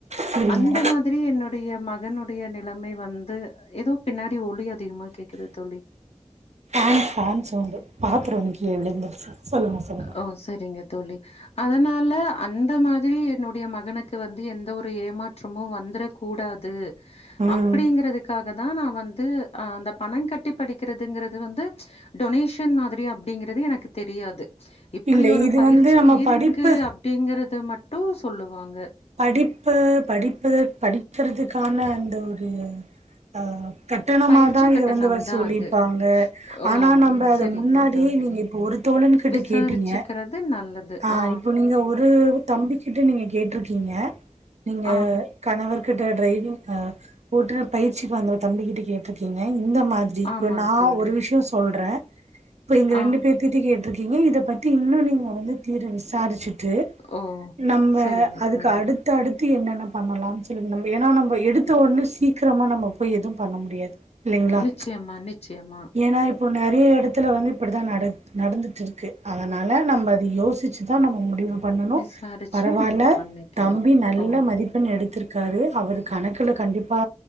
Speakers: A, on the right (about 80°); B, on the left (about 65°).
A: செரிங்க
B: அந்த மாதிரி என்னுடைய ம மகனுடைய நிலைமை வந்து ஏதோ பின்னாடி ஒலி அதிகமா கேக்குது தோழி
A: அது ஃபேன் சவுண்டு பாத்தர ஒன்னு கீழ விழுந்துருச்சு சொல்லுங்க சொல்லுங்க
B: ஓ சரிங்க தோழி அதனால அந்த மாதிரி என்னுடைய மகனுக்கு வந்து எந்த ஒரு ஏமாற்றமு வந்துற கூடாது
A: ம்
B: அப்படிங்கிறதுக்காக தா நா வந்து அந்த பணங் கட்டி படிக்கிறதுங்கிறது வந்து டொனேஷன் மாதிரி அப்படிங்கிறது எனக்கு தெரியாது இப்படி
A: இல்ல
B: ஒரு
A: இது
B: பயிற்சி
A: வந்து நம்ம
B: இருக்கு
A: படிப்பு
B: அப்படிங்கிறது மட் டூ சொல்லுவாங்க
A: படிப்பு படிப் பு படிக்கறதுக்கான அந்த ஒரு அஹ் கட்டணமாதா
B: பயிற்சி
A: இத
B: கட்டணம்
A: வந்து வசூலிப்பாங்க
B: தான் அது. ஓ!
A: ஆனா நம்ம அத
B: சரிங்க
A: முன்னாடியே
B: தோழி.
A: நீங்க இப்ப ஒரு தோழன் கிட்ட
B: விசாரிச்சுக்கிறது
A: கேட்டீங்க
B: நல்லது.
A: ஆஹ்
B: ஆ,
A: இப்போ நீங்க ஒரு தம்பி கிட்ட நீங்க கேட்ருக்கீங்க நீங்க
B: ஆ,
A: கணவர் கிட்ட டிரைவிங் அஹ் ஓட்டுனர் பயிற்சிக்கு வந்த தம்பிக்கிட்ட கேட்ருக்கீங்க இந்த மாதிரி இப்போ
B: ஆமாங்க
A: நா
B: தோழி.
A: ஒரு விஷய சொல்ற இப்போ இங்க ரெண்டு
B: ஆ,
A: பேர்த்துகிட்டயு கேட்டுருக்க கீங்க இத பத்தி இன்னு நீங்க வந்து தீர விசாரிச்சுட்டு
B: ஓ!
A: நம்ம
B: சரிங்க
A: அதுக்கு
B: தோழி.
A: அடுத்தடுத்து த்தி என்னென்ன பண்ணலான் சொல்லுங் ந ஏன்னா நம்ம எடுத்த உடனே சீக்கிரமா நம்ம போய் எதும் பண்ண முடியாது இல்லைங்களா
B: நிச்சயமா நிச்சயமா
A: ஏன்னா இப்போ நெறய எடத்துல வந்து இப்படித்தான் நட நடந்துட்டு இருக்கு அதனால நம்ம அது யோ சிச்சுதா முடிவு பண்ணணும்
B: விசாரிச்சு
A: பரவால்ல
B: நம்ம பண்ணிக்கணும்.
A: தம்பி நல்ல
B: ஓ!
A: மதிப்பெண் எடுத்துரு திருக்காரு அவரு கணக்கல கண்டிப்பா